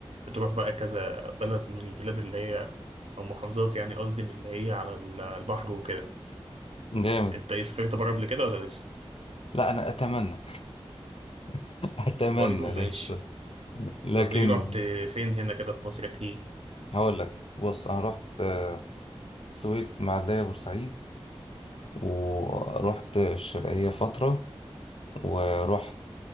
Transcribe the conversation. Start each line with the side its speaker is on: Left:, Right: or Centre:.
Right: بتروح بقى كذا بلد من البلاد اللي هي أو محافظات يعني قصدي من اللي هي على ال- البحر وكده
Left: جامد
Right: أنت إيه سافرت بره قبل كده ولا لسه؟
Left: لا أنا أتمنى <laughs> أتمنى
Right: برضه ماشي
Left: لسه لكن
Right: طب إيه رحت فين هنا كده في مصر أحكيلي
Left: هقول لك بص أنا رحت آه، السويس معلية بورسعيد ورحت الشرقية فترة ورحت